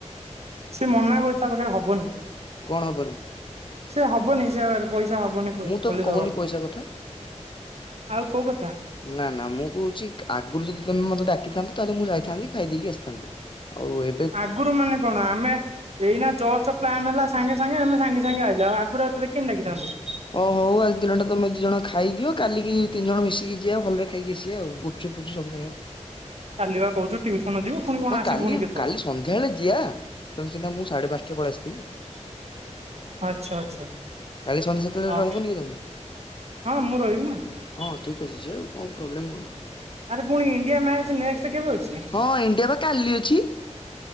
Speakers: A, on the right; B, on the left.
A: ସେ ମନା କରୁଚି ତା ପାଖରେ ହବନି।
B: କଣ ହବନି?
A: ସେ ହବନି ସେ ଆଉ ଆର ପଇସା ହବନି ଖୋଲି
B: ମୁଁ ତ କହୁନି
A: ଦବାକୁ
B: ପଇସା କଥା
A: ଆଉ କୋଉ କଥା?
B: ନାଁ ନାଁ ମୁଁ କୋହୁଚି ଆଗରୁ ଯଦି ତମେ ମତେ ଡାକିଥାନ୍ତ ତାହେଲେ ମୁଁ ଯାଇଥାନ୍ତି ଖାଇ ଦେଇକି ଆସିଥାନ୍ତି। ଆଉ ଏ
A: ଆଗରୁ ମାନେ କଣ ଆମେ ଏଇନା ଜଷ୍ଟ ପ୍ଲାନ୍ ହେଲା ସାଙ୍ଗେ ସାଙ୍ଗେ ଆମେ ସାଙ୍ଗେ ସାଙ୍ଗେ ଆଇଲୁ ଆଗରୁ ଆଉ ତତେ କେନ୍ତି ଡାକିଥାନ୍ତୁ।
B: ଓ ହୋଉ ଆଜି ଦିନ ଟା ତମେ ଦି ଜଣ ଖାଇ ଦିଅ କାଲିି ତିନି ଜଣ ମିଶିକି ଜିଆ ଭଲରେ ଖାଇକି ଆସିବା ଆଉ ଗୁପ୍ ଚୁପ୍ ଫୁପ୍ ଚୁପ୍ ସବୁ ଖାଇବା।
A: କାଲିବା କହୁଚୁ ଟ୍ୟୁସନ୍ ଯିବୁ। ପୁଣି କଣ
B: ହଁ
A: ଆସିବୁ
B: କାଲି
A: ପୁଣି କେତେବେଳେ
B: କାଲି ସନ୍ଧ୍ୟାବେଳେ ଯିବା ଟ୍ୟୁସନ ସିନା ମୁଁ ସାଢ଼େ ପାଞ୍ଚ୍ ଟା ରେ ପଳେଇ ଆସିଥିବି।
A: ଆଚ୍ଛା ଆଚ୍ଛା।
B: କାଲି ସନ୍ଧ୍ୟା ସାତଟାରେ
A: ହଁ
B: ରହିବନି କି ତମେ
A: ହଁ ମୁଁ ରହିବିନା
B: ହଁ ଠିକ୍ ଅଛି ଯିବା ଆଉ କଣ ପ୍ରୋବଲେମ୍ କଣ।
A: ଆରେ ପୁଣି ଇଣ୍ଡିଆ ମ୍ୟାଚ ନେଷ୍ଟେ ସେ କେବେ ଅଛି।
B: ହଁ ଇଣ୍ଡିଆ ବା କାଲି ଅଛି